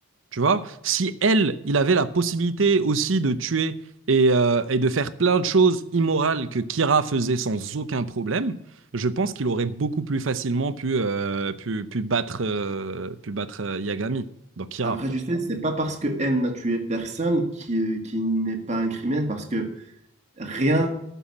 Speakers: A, on the right; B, on the right.
A: Tu vois? Si elle, il avait la possibilité aussi de tuer et, euh, et de faire plein de choses immorales que Kira faisait sans aucun problème, je pense qu'il aurait beaucoup plus facilement pu, euh, pu, pu battre, euh, pu battre euh, Yagami. Donc Kira.
B: Après, tu sais, c'est pas parce que M n'a tué personne qui, qui n'est pas un criminel, parce que rien,